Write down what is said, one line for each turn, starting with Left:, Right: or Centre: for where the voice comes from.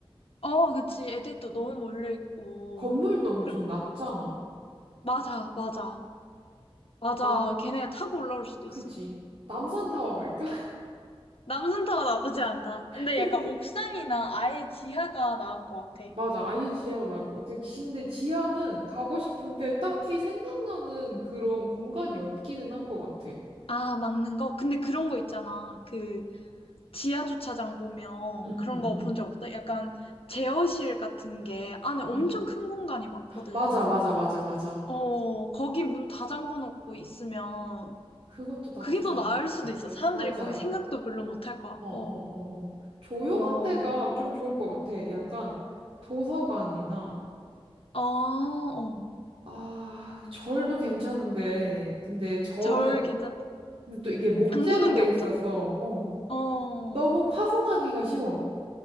Left: 어, 그치. 애들도
Right: 네.
Left: 너무 몰려 있고.
Right: 건물도 엄청
Left: 그-
Right: 낮잖아.
Left: 맞아, 맞아. 맞아.
Right: 남,
Left: 걔네가 타고 올라올 수도
Right: 그치.
Left: 있어.
Right: 남산타워 갈까? <laughs>
Left: 남산타워 나쁘지 않다. 근데
Right: 그치?
Left: 약간 옥상이나 아예 지하가 나은 것 같아.
Right: 맞아, 아예 지하가 난거 같아. 지- 근데 지하는 가고 싶은데 딱히 생각나는 그런 공간이 없기는 한 것 같아.
Left: 아, 막는 거? 근데 그런 거 있잖아. 그 지하 주차장 보면
Right: 응,
Left: 그런
Right: 응,
Left: 거
Right: 응.
Left: 본 적 없어? 약간 제어실 같은 게 안에 엄청
Right: 응.
Left: 큰 공간이 많거든.
Right: 맞아, 맞아, 맞아, 맞아.
Left: 어, 거기 문 다 잠궈 놓고 있으면
Right: 그것도 나쁘지
Left: 그게 더
Right: 않은
Left: 나을
Right: 것
Left: 수도 있어.
Right: 같아.
Left: 사람들이
Right: 맞아.
Left: 거기 생각도 별로 못 할 것 같고.
Right: 어, 어, 어, 어. 조용한
Left: 어,
Right: 데가 좀 좋을 것 같아. 약간 도서관이나,
Left: 아, 어,
Right: 아, 절도 괜찮은데, 근데 절은,
Left: 절 괜찮다.
Right: 근데 또 이게 목재로
Left: 잠그는
Right: 돼
Left: 게 없잖아.
Right: 있어서, 어,
Left: 어,
Right: 너무 파손하기가 쉬워.